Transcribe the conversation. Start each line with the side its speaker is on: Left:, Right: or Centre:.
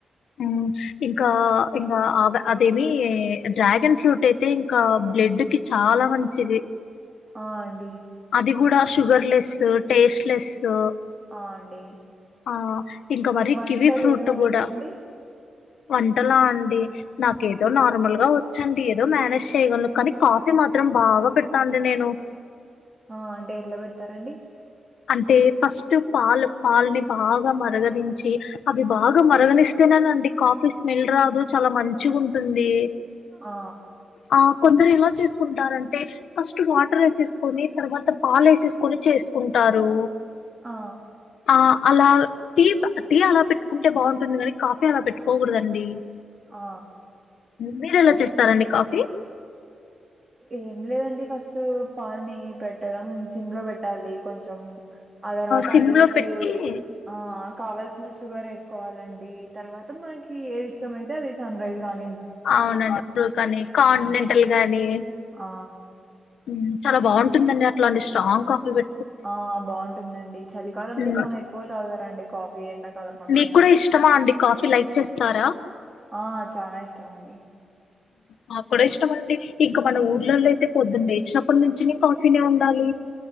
Left: ఉమ్ ఇంకా ఇంకా అవ్ అవేమీ డ్రాగన్ ఫ్రూట్ అయితే ఇంకా బ్లడ్ కి చాలా మంచిది
Right: ఆ అండి
Left: అది గూడా షుగర్లెసూ టేస్ట్ లేసూ
Right: ఆ అండి
Left: ఆ ఇంకా
Right: మీకు
Left: మరి
Right: వంటలు
Left: కివి ఫ్రూట్
Right: ఏమేమి
Left: గూడా
Right: వచ్చండి
Left: వంటలా అండి నాకు ఏదో నార్మల్గా ఒచ్చండి ఏదో మ్యానేజ్ చేగల్నూ కానీ కాఫీ మాత్రం బాగా పెడతాండి నేను
Right: ఆ అంటే ఎట్లా బెడ్తరండి
Left: అంటే ఫస్ట్ పాలు పాల్ని బాగా మరగనించీ అవి బాగా మరగానిస్తేనేనండి కాఫీ స్మెల్ రాదు చాలా మంచి ఉంటుంది
Right: ఆ
Left: ఆ కొందరు ఎలా చేస్కుంటారంటే ఫస్ట్ వాటర్ ఎసేస్కొని తర్వాత పాల్ ఎసేస్కొని చేస్కుంటారూ
Right: ఆ
Left: ఆ అలా టీప్ టీ అలా పెట్కుంటే బావుంటుంది గానీ కాఫీ అలా పెట్కోకూడదండి
Right: ఆ
Left: మీరేలా చేస్తారండి కాఫీ
Right: ఏం లేదండి ఫస్ట్ పాల్ని పెట్టడం సిమ్ లో పెట్టాలి కొంచెం ఆ తర్వాత
Left: సిమ్
Right: అందులోకి
Left: లో పెట్టి
Right: ఆ కావల్సిన షుగర్ వేసుకోవాలండి తర్వాత మనకి ఏది ఇష్టమైతే అది సన్ రైజ్ గాని
Left: అవునండి ఇప్పుడు కానీ కాండనెంటల్ గాని
Right: ఆ
Left: ఉ చాలా బాగుంటుందండి అట్లాంటి స్ట్రాంగ్ కాఫీ పె
Right: ఆ బాగుంటుందండి చలికాలంలో
Left: హ్మ్.
Right: చానా ఎక్కువే తాగుతారండి కాఫీ ఎండాకాలం కాకపోయినా
Left: మీకు కూడా ఇష్టమా అండి కాఫీ లైక్ చేస్తారా
Right: ఆ చానా ఇష్టమండి
Left: నాక్కూడా ఇష్టమండి ఇంకా మన ఊర్లలో అయితే పొద్దుంలె చిన్నప్పుడు నుంచినే కాఫీనే ఉండాలి